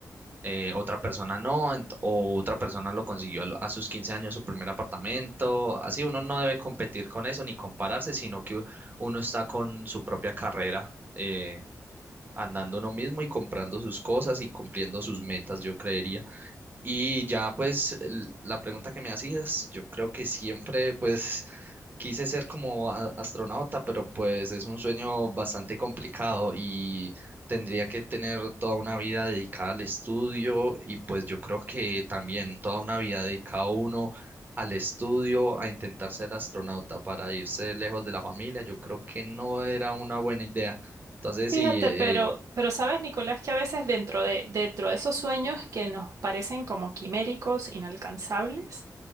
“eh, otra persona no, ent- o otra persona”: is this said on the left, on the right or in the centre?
Right